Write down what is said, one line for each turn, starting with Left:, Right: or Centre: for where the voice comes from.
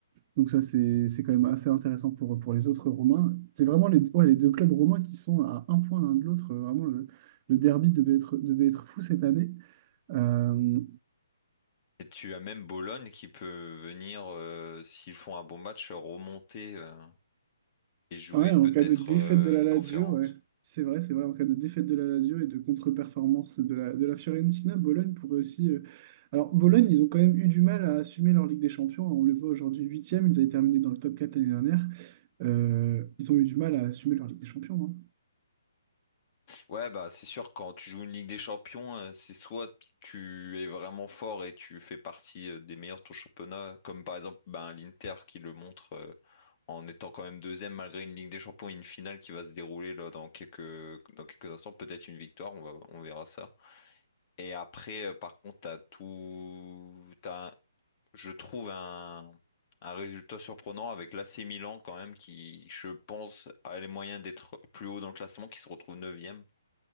Right: Donc ça, c'est c'est quand même assez intéressant pour, pour les autres Romains. C'est vraiment les, ouais, les deux clubs romains qui sont à un point l'un de l'autre. Vraiment, le, le derby devait être, devait être fou cette année. Euh,
Left: Et tu as même Bologne qui peut venir, euh, s'ils font un bon match, remonter euh, et jouer
Right: ouais, en
Left: peut-être
Right: cas de défaite
Left: euh,
Right: de la
Left: une
Right: Lazio,
Left: conférence.
Right: ouais. C'est vrai, c'est vrai. En cas de défaite de la Lazio et de contre-performance de la, de la Fiorentina, Bologne pourrait aussi... euh, Alors, Bologne, ils ont quand même eu du mal à assumer leur Ligue des Champions. On le voit aujourd'hui huitième. Ils avaient terminé dans le top 4 l'année dernière. Euh, ils ont eu du mal à assumer leur Ligue des Champions. hein.
Left: Ouais, bah c'est sûr, quand tu joues une Ligue des Champions, euh, c'est soit tu es vraiment fort et tu fais partie euh, des meilleurs de ton championnat, comme par exemple ben, l'Inter qui le montre euh, en étant quand même deuxième malgré une Ligue des Champions et une finale qui va se dérouler là dans quelques, dans quelques instants, peut-être une victoire, on va, on verra ça. Et après, euh, par contre, t'as tout, t'as, un- je trouve un, un résultat surprenant avec l'AC Milan quand même qui, je pense, a les moyens d'être plus haut dans le classement, qui se retrouve neuvième